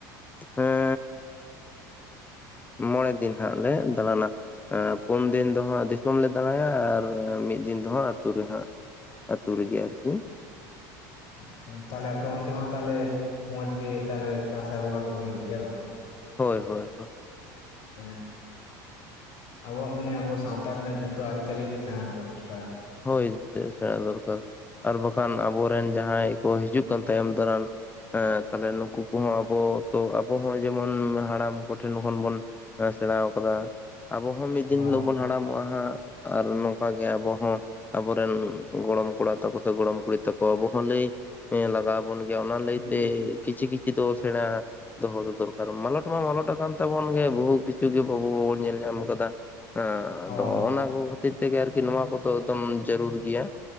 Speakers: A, on the left (about 20°); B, on the left (about 55°).
A: ᱦᱮᱸ ᱢᱚᱬᱮ ᱫᱤᱱ ᱦᱟᱹᱜ ᱞᱮ ᱫᱟᱬᱟᱱᱟ ᱯᱩᱱ ᱫᱤᱱ ᱫᱚ ᱦᱟᱸᱜ ᱫᱤᱥᱚᱢ ᱞᱮ ᱫᱟᱬᱟᱭᱟ ᱟᱨ ᱢᱤᱫ ᱫᱤᱱ ᱫ ᱚᱦᱟᱸᱜ ᱟᱹᱛᱩ ᱨᱮ ᱦᱟᱸᱜ ᱟᱹᱛᱩ ᱨᱮᱜᱮ ᱟᱨ ᱠᱤ
B: ᱟᱪᱪᱷᱟ ᱛᱟᱦᱞᱮ ᱟᱯᱮ ᱚᱱᱛᱮ ᱦᱚᱸ ᱛᱟᱦᱞᱮ ᱢᱚᱸᱡ ᱜᱮ ᱛᱟᱦᱞᱮ ᱫᱟᱸᱥᱟᱭ ᱵᱚᱸᱜᱟ ᱠᱚᱫᱚ ᱦᱩᱭᱩᱜ ᱜᱮᱭᱟ ᱵᱟ
A: ᱦᱳᱭ ᱦᱳᱭ ᱦᱳᱭ
B: ᱦᱮᱸ ᱟᱵᱚᱣᱟᱜ ᱢᱟᱱᱮ ᱟᱵᱚ ᱥᱟᱶᱛᱟ ᱨᱮᱱᱟᱜ ᱡᱷᱚᱛᱚ ᱟᱹᱨᱤ ᱪᱟᱹᱞᱤ ᱜᱮ ᱥᱮᱬᱟ ᱫᱚᱨᱠᱟᱨ
A: ᱦᱳᱭ ᱥᱮᱬᱟ ᱫᱚᱨᱠᱟᱨ ᱟᱨ ᱵᱟᱠᱷᱟᱱ ᱟᱵᱚᱨᱮᱱ ᱡᱟᱦᱟᱸᱭ ᱠᱚ ᱦᱤᱡᱩᱜ ᱠᱟᱱ ᱛᱟᱭᱚᱢ ᱫᱟᱨᱟᱢ ᱮᱸ ᱛᱟᱦᱞᱮ ᱱᱩᱠᱩ ᱠᱚᱦᱚᱸ ᱟᱵᱚ ᱛᱚ ᱟᱵᱚ ᱦᱚᱸ ᱡᱮᱢᱚᱱ ᱦᱟᱲᱟᱢ ᱠᱚᱴᱷᱮᱱ ᱠᱷᱚᱱ ᱵᱚᱱ ᱟᱸ ᱥᱮᱬᱟᱣ ᱟᱠᱟᱫᱟ ᱟᱵᱚ ᱦᱚᱸ ᱢᱤᱫ ᱫᱤᱱ
B: ᱦᱳᱭ
A: ᱦᱤᱞᱚᱜ ᱵᱚᱱ ᱦᱟᱲᱟᱢᱚᱜᱼᱟ ᱦᱟᱸᱜ ᱟᱨ ᱱᱚᱝᱠᱟ ᱜᱮ ᱟᱵᱚ ᱦᱚᱸ ᱟᱵᱚᱨᱮᱱ ᱜᱚᱲᱚᱢ ᱠᱚᱲᱟ ᱛᱟᱠᱚ ᱥᱮ ᱜᱚᱲᱚᱢ ᱠᱩᱲᱤ ᱛᱟᱠᱚ ᱟᱵᱚ ᱦᱚᱸ ᱞᱟᱹᱭ ᱞᱟᱜᱟᱣ <unintelligible> ᱚᱱᱟ ᱞᱟᱹᱭᱛᱮ
B: ᱞᱟᱹᱭ
A: ᱠᱤᱪᱷᱤ ᱠᱤᱪᱷᱩ ᱫᱚ ᱥᱮᱬᱟ ᱫᱚᱦᱚ ᱫᱚ ᱫᱚᱨᱠᱟᱨ ᱢᱟᱞᱚᱴ ᱢᱟ ᱢᱟᱞᱚᱴ ᱟᱠᱟᱱ ᱛᱟᱵᱚᱱ ᱜᱮ ᱵᱩᱦᱩ ᱠᱤᱪᱷᱩ ᱜᱮ ᱵᱟᱵᱚᱱ ᱧᱮᱞ ᱧᱟᱢ ᱟᱠᱟᱫᱟ ᱦᱟᱸ
B: ᱦᱳᱭ
A: ᱟᱫᱚ ᱚᱱᱟ ᱠᱚ ᱠᱷᱟᱹᱛᱤᱨ ᱛᱮᱜᱮ ᱟᱨᱠᱤ ᱱᱚᱣᱟ ᱠᱚᱫᱚ ᱮᱠᱫᱚᱢ ᱡᱟᱹᱨᱩᱨ ᱜᱮᱭᱟ